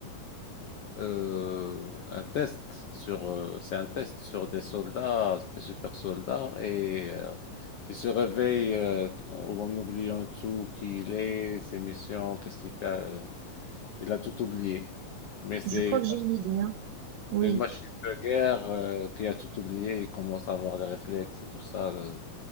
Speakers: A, on the left; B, on the right.
A: euh, un test sur, euh, c'est un test sur des soldats, des super soldats, et euh, il se réveille euh, en oubliant tout qui il est, ses missions, qu'est-ce qu'il fait. euh, il a tout oublié. Mais c'est
B: Je crois
A: une
B: que j'ai une idée, hein. Oui.
A: c'est une machine de guerre euh, qui a tout oublié. Il commence à avoir des réflexes et tout ça, euh,